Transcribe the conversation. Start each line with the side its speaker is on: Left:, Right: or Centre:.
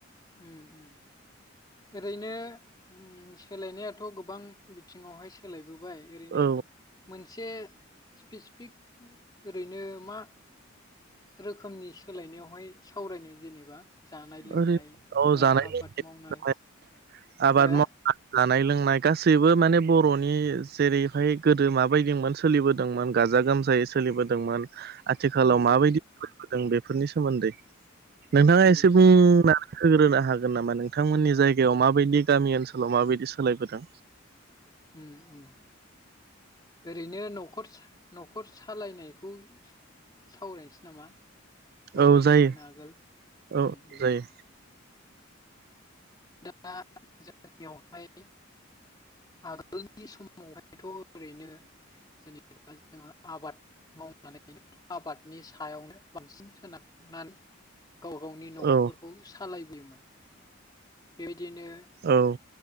Left: उम उम। ओरैनो उम सोलायनायाथ' गोबां बिथिङाव हाय सोलायबोबाय ओरैनो
Right: औ
Left: मोनसे स्पेसिफिक ओरैनो मा रोखोमनि सोलायनायावहाय सावरायनो जेनेबा जानाय लोंनाय
Right: ओरै औ
Left: बा
Right: जानाय
Left: आबाद
Right: लोंनाय
Left: मावनाय
Right: <unintelligible> आबाद
Left: हो
Right: मावनाय जानाय लोंनाय गासैबो माने बर'नि जेरैहाय गोदो माबायदिमोन सोलिबोदोंमोन गाजा गोमजायै सोलिबोदोंमोन। आथिखालाव
Left: उम
Right: माबायदि
Left: उम
Right: बोदों बेफोरनि सोमोन्दै नोंथाङा
Left: उम
Right: एसे
Left: उम
Right: बुंना होग्रोनो हागोन नामा नोंथांमोननि जायगायाव माबायदि गामि ओनसोलाव माबायदि सोलायबोदों?
Left: उम उम। ओरैनो न'खर न'खर सालायनायखौ सावरायनोसै नामा? माबायदि
Right: औ जायो
Left: मोनो आगोल
Right: औ
Left: उम उम
Right: जायो
Left: दा जोंनियाव हाय आगोलनि समावहायथ' ओरैनो जेनेबा जोङो आबाद मावनानैनो आबादनि सायावनो बांसिन सोनारनानै गाव गावनि न'खरफोरखौ
Right: औ
Left: सालायबोयोमोन। बेबायदिनो
Right: औ।